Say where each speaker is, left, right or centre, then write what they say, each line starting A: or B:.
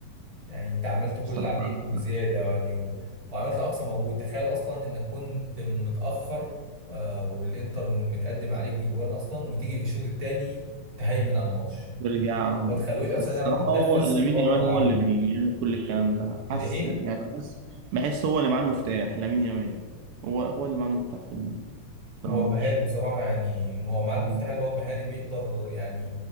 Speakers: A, on the right (about 25°); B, on the right (about 75°).
A: يعني انت عملت كل
B: الصراحة
A: اللي عليك
B: عندك
A: وزياده
B: حق.
A: يعني و... وعملت اقصى مجهود تخيل اصلا انك كنت متاخر آه والانتر متقدم عليك بجوان اصلا وتيجي في الشوط الثاني تهيمن على الماتش
B: يرجع و...
A: ما تخلوش اصلا
B: بس الصراحة
A: يعرف يتنفس
B: هو لامين
A: بره
B: يامال
A: ملعبه
B: هو اللي بيعمل كل الكلام ده
A: الايه
B: حاسس يعني حاسس بحس هو اللي معاه المفتاح لامين يامال هو هو اللي معاه المفتاح في ال- في
A: هو
B: الماتش
A: مهاري بصراحه يعني هو معاه المفتاح
B: مم.
A: اللي هو مهاري بيقدر يعني